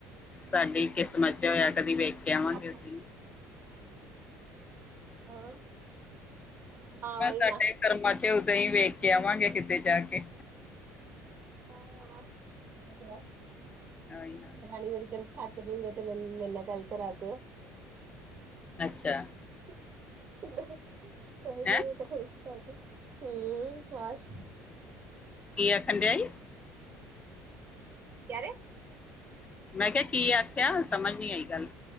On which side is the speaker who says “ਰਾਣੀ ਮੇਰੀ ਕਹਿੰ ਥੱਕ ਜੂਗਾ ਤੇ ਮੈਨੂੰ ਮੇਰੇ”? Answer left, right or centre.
Right